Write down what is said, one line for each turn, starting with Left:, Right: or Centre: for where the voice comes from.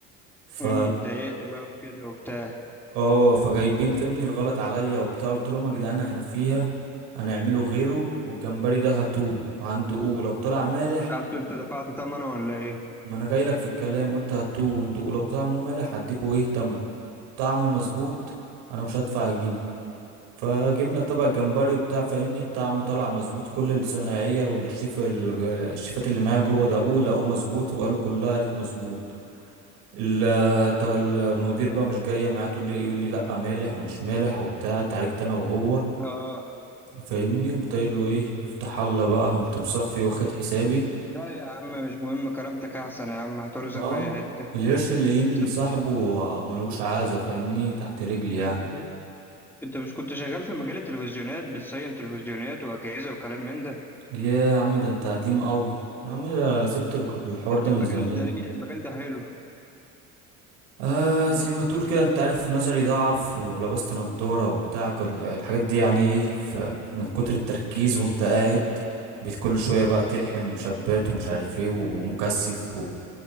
Right: ف
Centre: امم اتضايقت بقى وكده وبتاع
Right: اه فجايبين فاهمني الغلط عليا وبتاع قلت لهم يا جدعان احنا فيها هنعمله غيره والجمبري ده هاتوه وعنده قو لو طلع مالح
Centre: قعدت انت دفعت ثمنه ولا ايه
Right: ما انا جاي لك في الكلام قلت هاتوه وندقوه لو طعمه مالح هديكوا ايه تمنه طعمه مظبوط انا مش هدفع جنيه فجبنا طبق جمبري وبتاع فاهمني الطعم طلع مظبوط كل الصنايعية والشيف ال- الشيفات اللي معايا جوه دقوه لقوه مظبوط وقالوا كلها قالت مظبوط ال- ط- المدير بقى مش جاية معاه تقول لي إيه؟ يقول لي لا مالح ومش مالح وبتاع اتعاركت انا وهو
Centre: اه
Right: فاهمني قمت قايل له ايه يفتح الله بقى قمت مصفي واخد حسابي
Centre: لا يا عم مش مهم كرامتك احسن يا عم هترزق
Right: اه
Centre: في اي حته
Right: القرش اللي هين
Centre: انت مش
Right: صاحبه ملوش عازة فاهمني تحت رجلي
Centre: انت
Right: يعني
Centre: مش كنت انت مش كنت شغال في مجال التلفزيونات بتصين تلفزيونات واجهزه وكلام من ده
Right: يا عم ده انت قديم قوي يا عم ده سبت الحوار
Centre: سبت
Right: ده
Centre: المجال
Right: من زمان
Centre: ده ليه المجال ده حلو
Right: آه زي ما تقول كده انت عارف نظري ضعف ولبست نضارة وبتاع كل الحاجات دي يعني ايه فمن كتر التركيز وانت قاعد بقيت كل شوية بقى تلحم مشبات ومش عارف ايه ومكثف و...